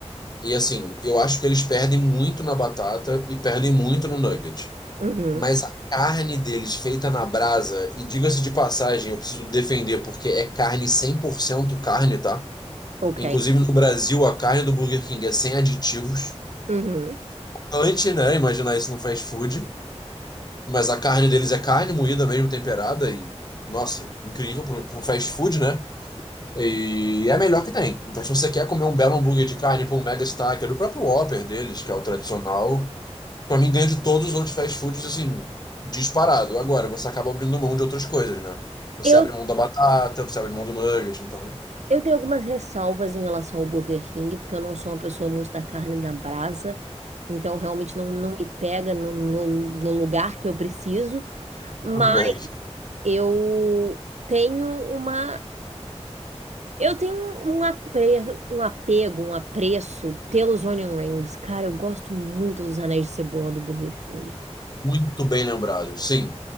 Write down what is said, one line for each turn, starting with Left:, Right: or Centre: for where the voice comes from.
Left: E assim, eu acho que eles perdem muito na batata e perdem muito no nugget.
Right: uhum,
Left: Mas a carne deles feita na brasa, e diga-se de passagem, eu preciso defender porque é carne 100% carne, tá?
Right: ok.
Left: Inclusive no Brasil, a carne do Burger King é sem aditivos.
Right: uhum.
Left: Antes, né? Imaginar isso no fast food. Mas a carne deles é carne moída mesmo, temperada e, nossa, incrível para um fast food, né? E é a melhor que tem. Então, se você quer comer um belo hambúrguer de carne, pô, um Mega Stacker, o próprio Whopper deles, que é o tradicional, pra mim ganha de todos os outros fast foods, assim, disparado. Agora, você acaba abrindo mão de outras coisas, né? Você
Right: Eu,
Left: abre mão da batata, você abre mão do nugget, então,
Right: eu tenho algumas ressalvas em relação ao Burger King, porque eu não sou uma pessoa muito da carne da brasa, então realmente não, não me pega no, no, no lugar que eu preciso, mas
Left: tudo bem.
Right: eu tenho uma. Eu tenho um apre, um apego, um apreço pelos onion rings. Cara, eu gosto muito dos anéis de cebola do Burger King.
Left: Muito bem lembrado. Sim,